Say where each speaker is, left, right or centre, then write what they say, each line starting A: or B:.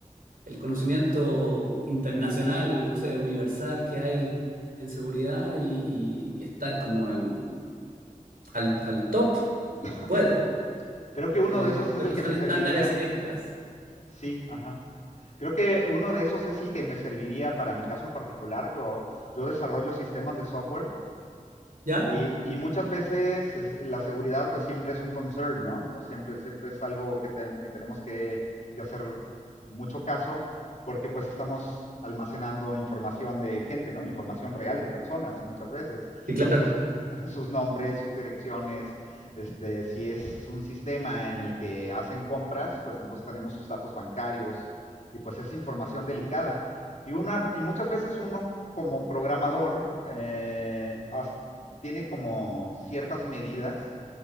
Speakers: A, on the right; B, on the left.
A: el conocimiento internacional, no sé, universal que hay en seguridad y, y- y estar como en- al, al top,
B: <coughs>
A: puede.
B: Creo que uno
A: Eh,
B: de esos es
A: pero
B: el que
A: son
B: me
A: estándares
B: serviría
A: extras.
B: Sí, ajá. Creo que uno de esos es el que me serviría para mi caso en particular. Yo, yo desarrollo sistemas de software
A: ¿Ya?
B: y, y muchas veces es- la seguridad pues siempre es un concern, ¿no? O siempre, siempre es algo que, ten- que tenemos que, que hacer mucho caso porque pues estamos almacenando información de gente, ¿no? Información real de personas muchas veces.
A: Sí,
B: Los,
A: claro.
B: sus, <laughs> sus nombres, sus direcciones, este, si es un sistema en el que hacen compras, pues entonces tenemos sus datos bancarios y pues es información delicada. Y, una, y muchas veces uno como programador eh, as- tiene como ciertas medidas